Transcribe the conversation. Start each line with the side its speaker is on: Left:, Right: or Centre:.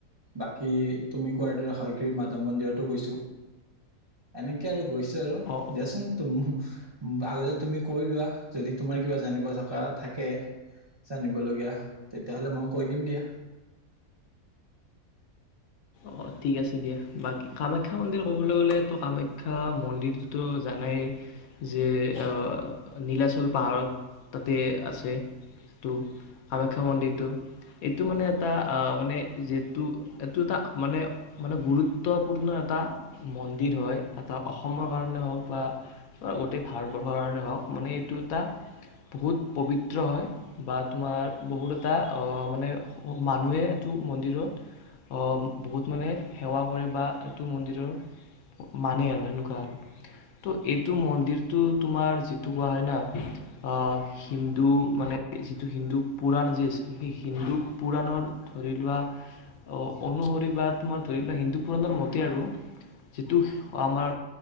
Right: বাকী তুমি কোৱাৰ দৰে হয়গ্ৰীব মাধৱ মন্দিৰতো গৈছোঁ, এনেকে আৰু গৈচ আৰু
Left: অঁ
Right: দিয়াচোন তুম আগতে তুমি কৈ লোৱা যদি তোমাৰ কিবা জানিব থাকা, থাকে জানিবলগীয়া তেতিয়াহ'লে মই কৈ দিম দিয়া।
Left: অ', ঠিক আছে দিয়া বাকী কামাখ্যা মন্দিৰ ক'বলৈ গ'লেতো কামাখ্যা মন্দিৰটোতো জানাই যে, অ', নীলাচল পাহাৰত তাতে আছে এইটো কামাখ্যা মন্দিৰটো, এইটো মানে এটা আ, মানে যিহেতু, এইটো এটা মানে মানে গুৰুত্বপূৰ্ণ এটা মন্দিৰ হয়, এটা অসমৰ কাৰণে হওঁক বা গোটেই ভাৰতবৰ্ষৰ কাৰণে হওঁক মানে এইটো এটা বহুত পবিত্ৰ হয়, বা তোমাৰ বহুত এটা অ', মানে মানুহে এইটো মন্দিৰত অ', বহুত মানে সেৱা কৰে বা এইটো মন্দিৰৰ মানে আৰু সেনেকুৱা আৰু ত' এইটো মন্দিৰটো তোমাৰ যিটো কোৱা হয়, না আ, হিন্দু মানে যিটো হিন্দু পুৰাণ আজি আছে সেই হিন্দু পুৰাণৰ ধৰি লোৱা অনুসৰি বা তোমাৰ ধৰি লোৱা হিন্দু পুৰাণৰ মতে আৰু যিটো আমাৰ